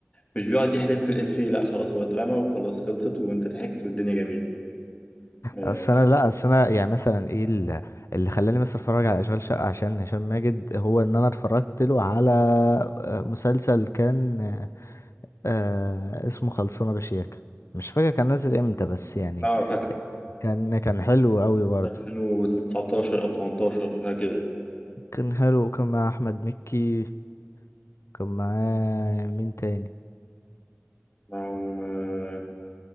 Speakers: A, on the left (about 25°); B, on the left (about 75°).
A: مش بيقعد يحلب في الإفيه لا خلاص هو اترمى وخلاص خلصت وأنت ضحكت والدنيا جميلة آه،
B: اصل انا لا اصل انا يعني مثلا ايه ال- اللي خلاني مثلا اتفرج على اشغال شقه عشان هشام ماجد هو ان انا اتفرجت له على آه، مسلسل كان آه، اسمه خلصانه بشياكه مش فاكر كان نازل امتى بس يعني
A: اه فاكر
B: كان كان حلو قوي برضه
A: 2019 او 18 هكذا
B: كان حلو وكان مع احمد مكي كان معاه مين تاني
A: معاهم آه،